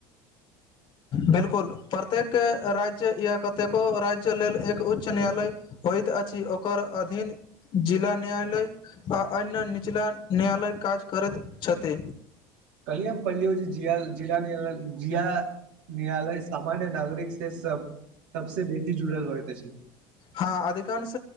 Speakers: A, on the left (about 50°); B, on the right (about 75°).
A: बिलकुल प्रत्येक राज्य या कतेको राज्य लेल एक उच्च न्यायालय होइत अछि ओकर अधीन जिला न्यायालय आ अन्य निचला न्यायालय काज करैत छथि
B: कलए पहिल हो छै जिया ज जिया न्यायालय सामान्य नागरिक से सब सबस बेसी जुड़ल होइत अछि
A: हँ अधिकांश